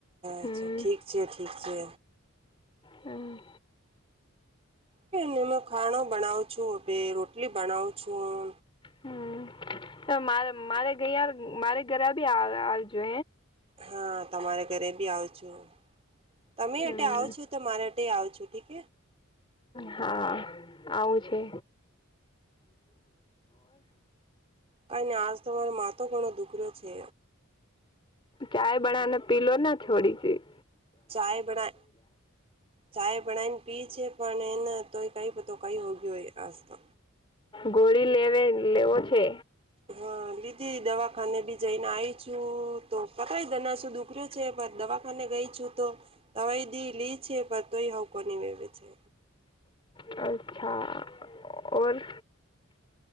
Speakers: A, on the left (about 25°); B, on the right (about 30°).
A: હમ
B: અચ્છા ઠી છે ઠી છે.
A: હમ.
B: કેને હું ખાણો બનાવ છું હું રોટલી બનાવું છું.
A: હમ મારે મારે મારે ઘર બી આવજો.
B: હા તમારે ઘરે બી આવ છો તમે
A: હમ
B: એ આવ છો તો મારે તે આવ છો ઠીક.
A: હા આવું છે.
B: કઈ ને આજ તમારો મા તો ઘણો દુખરોયો છે.
A: ચાય બના ને પીલો ના છોડી છેઈ.
B: ચાય બના ચાય બનાને પી છેે. ણેને તો કઈ પતો કઈ હોગય હોય આજ તો.
A: ગોળી લે લેવો છે.
B: હા દીદી દવાખાને બી જઈને આવીઈ છું તો કતય દનાસો દુખ્યો. છે પણ દવાખાને ગઈ છું તો. તવયદી લી છે પર તોય હકોની વવે છે.
A: અચ્છા ઓર.